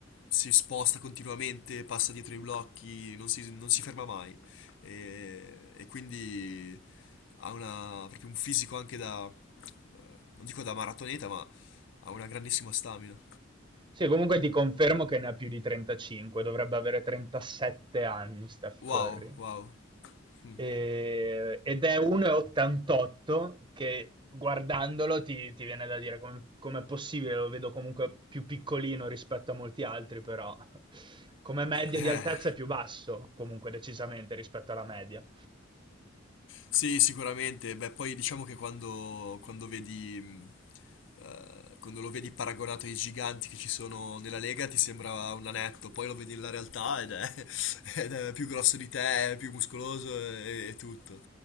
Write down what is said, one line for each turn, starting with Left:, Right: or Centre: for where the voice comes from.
Left: si sposta continuamente, passa dietro i blocchi, non si, non si ferma mai. E, e quindi ha una- proprio un fisico anche da eh, non dico da maratoneta, ma ha una grandissima stamina.
Right: Sì, comunque ti confermo che ne ha più di 35, dovrebbe avere 37 anni Steph
Left: Wow,
Right: Curry.
Left: wow. Mm.
Right: E- ed è 1,88 che guardandolo ti, ti viene da dire come, com'è possibile, lo vedo comunque più piccolino rispetto a molti altri, però come media
Left: Eh,
Right: di altezza è più basso comunque decisamente rispetto alla media.
Left: Sì, sicuramente. Beh, poi diciamo che quando, quando vedi, mh, eh, quando lo vedi paragonato ai giganti che ci sono nella Lega, ti sembra un anetto. Poi lo vedi nella realtà ed è, <laughs> ed è più grosso di te, è più muscoloso e, e tutto.